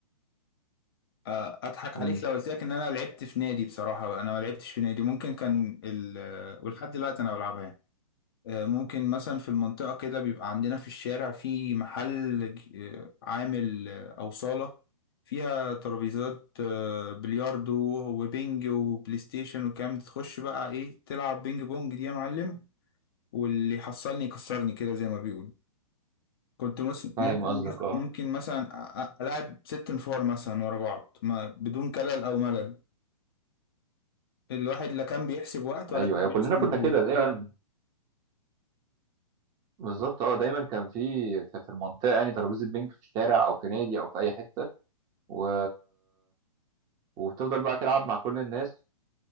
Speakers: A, on the left; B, on the right.
A: آه، اضحك
B: مم.
A: عليك لو قلت لك ان انا لعبت في نادي بصراحة انا ما لعبتش في نادي ممكن كان ال آه، ولحد دلوقتي انا بلعبها آه، ممكن مثلا في المنطقة كده بيبقى عندنا في الشارع في محل ج- آه، عامل آه، أو صالة فيها ترابيزات آه، بلياردو وبينج وبلاي ستيشن وكام تخش بقى ايه تلعب بينج بونج دي يا معلم واللي يحصلني يكسرني كده زي ما بيقول كنت مس-
B: فاهم
A: ممكن
B: قصدك اه
A: ممكن مثلا أ- أ- ألعب ست نفار مثلا ورا بعض ما بدون كلل أو ملل الواحد لا كان بيحسب وقت ولا
B: ايوه
A: كان
B: ايوه
A: بيحسب
B: كلنا كنا
A: مجهود
B: كده دايما بالظبط اه دايما كان في في في المنطقه يعني ترابيزه بينج في الشارع او في نادي او في اي حته و... وبتفضل بقى تلعب مع كل الناس